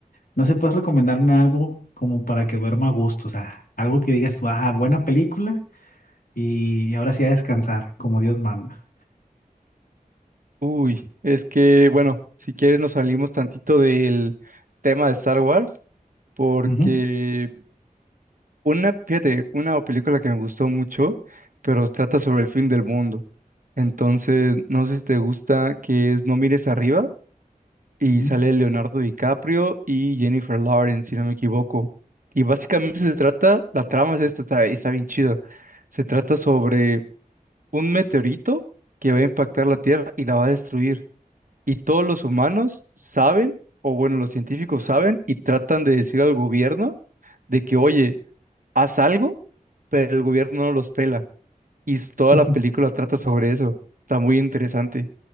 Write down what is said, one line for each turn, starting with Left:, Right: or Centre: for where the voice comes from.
Left: No sé, puedes recomendarme algo como para que duerma a gusto, o sea, algo que digas, ah, buena película y ahora sí a descansar, como Dios manda.
Right: Uy, es que, bueno, si quieres nos salimos tantito del tema de Star Wars, porque
Left: Ujú,
Right: Una, fíjate, una película que me gustó mucho, pero trata sobre el fin del mundo. Entonces, no sé si te gusta, que es No mires arriba y
Left: ujú.
Right: sale Leonardo DiCaprio y Jennifer Lawrence, si no me equivoco. Y básicamente se trata, la trama es esta, está, está bien chida. Se trata sobre un meteorito que va a impactar la Tierra y la va a destruir. Y todos los humanos saben, o bueno, los científicos saben y tratan de decir al gobierno de que, oye, haz algo pero el gobierno no los pela. Y s- toda
Left: <laughs>
Right: la película trata sobre eso. Está muy interesante.